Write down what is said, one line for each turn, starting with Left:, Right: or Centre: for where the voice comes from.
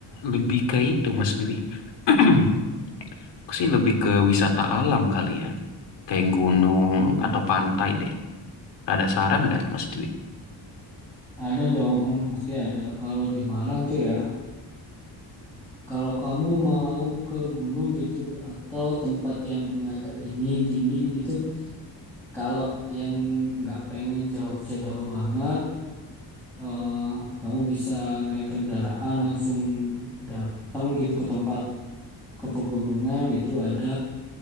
Left: lebih ke itu Mas Dwi. <clears throat> Aku sih lebih ke wisata alam kali ya, kayak gunung
Centre: Hmm,
Left: atau pantai deh. Ada saran nggak Mas Dwi?
Centre: ada dong, pasti ada. Kalau di Malang tuh ya, kalau kamu mau ke gunung gitu atau tempat yang agak dingin-dingin gitu, kalau yang nggak pengen jauh-jauh banget, eh, kamu bisa naik kendaraan langsung datang gitu ke tempat. ke pegunungan itu ada